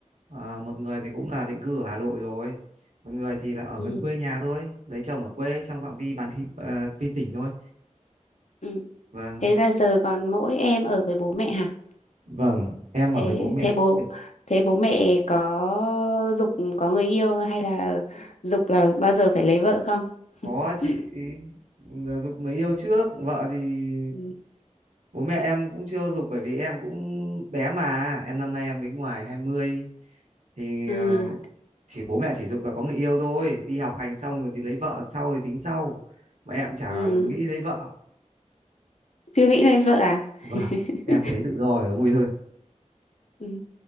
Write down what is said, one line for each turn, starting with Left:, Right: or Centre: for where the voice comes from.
Right: à, một người thì cũng là định cư ở Hà Nội rồi, một người thì là ở
Left: Ừ.
Right: gần quê nhà thôi, lấy chồng ở quê trong phạm vi bán thị à, pi tỉnh thôi.
Left: Ừ.
Right: Vâng,
Left: Thế là giờ còn mỗi em ở với bố mẹ hả?
Right: Vâng, em
Left: Thế
Right: ở với bố mẹ.
Left: thế bố
Right: Bệ-
Left: thế bố mẹ có dục có người yêu hay là dục là bao giờ phải lấy vợ không?
Right: có chị
Left: <laughs>
Right: là giục người yêu trước, vợ thì
Left: Ừ.
Right: bố mẹ em cũng chưa giục bởi vì em cũng bé mà, em năm nay em mới ngoài 20 thì
Left: Ừ.
Right: ờ, chỉ bố mẹ chỉ giục là có người yêu thôi, đi học hành xong rồi thì lấy vợ sau thì tính sau. Mà em chả
Left: Ừ.
Right: nghĩ lấy vợ
Left: Chưa nghĩ lấy vợ à?
Right: Vâng,
Left: <laughs>
Right: em thấy tự do là vui hơn.
Left: Ừ.